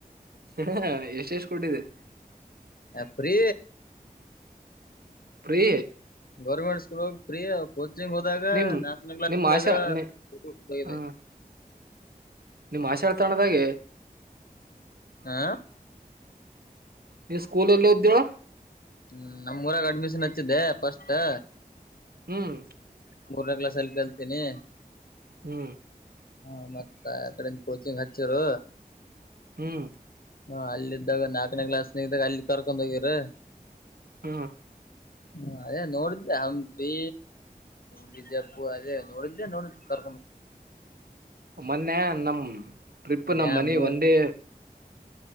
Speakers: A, on the right; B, on the left.
A: ಹ ಎಷ್ಟ ಎಷ್ಟ್ ಕೊಟ್ಟಿದ್ರಿ
B: ಏ ಫ್ರೀ
A: ಫ್ರೀ
B: ಗೌರ್ಮಂಟ್ ಸ್ಕೂಲ್ ಲ್ಲಿ ಫ್ರೀ ಹೋದಾಗ
A: ನಿಮ್
B: ನ್ಯಾಷನಲ್ ಕ್ಲಾಸ್
A: ನಿಮ್
B: ಇದ್ದಾಗ
A: ಆಶಾ ನಿ
B: ಫ್ರೀ ಇದೆ
A: ಹ
B: <inaudible>
A: ನಿಮ್ ಆಶಾತಾಣದಾಗೆ
B: ಹಾ
A: ನೀ ಸ್ಕೂಲ್ ಎಲ್ಲಿ ಇದ್ದ್ಯಳ
B: ಹ್ಮ್ ನಮಮ್ಮೂಊರಾಗ ಅಡ್ಮಿಷನ್ ಹಚ್ಚಿದ್ದೆ ಫಸ್ಟು
A: ಹ್ಮ್
B: ಮೂರನೇ ಕ್ಲಾಸ್ ಅಲ್ಲಿ ಕಲ್ತೀನಿ
A: ಹ್ಮ್
B: ಹಾ ಮತ್ತ ಯ ಕಡೆಯಿಂದ ಕೋಚಿಂಗ್ ಹಚ್ಚೀರು
A: ಹ್ಮ್
B: ಹಾ ಅಲ್ಲಿ ಇದಿದ್ದಾಗ ನಾಲ್ಕನೇ ಗ್ಲಾಸ್ನ ಇದ್ದಾಗ ಅಲ್ಲಿ ಕರ್ಕೊಂಡೋಡು ಹೋಗಿದ್ರು
A: ಹ್ಮ್
B: ಹ ಅದೇ ನೋಡಿದ್ದೆ ಹಂಪಿ ಬಿಜಪುರ್ ಅದೇ ನೋಡಿದ್ದೆ ನೋಡುತ <inaudible>
A: ಮೊನ್ನೆ ನಮ ಟ್ರಿಪ್
B: ಡ್ಯಾಮ್
A: ನಮ್ ಮನಿ ಒನ್ ಡೇ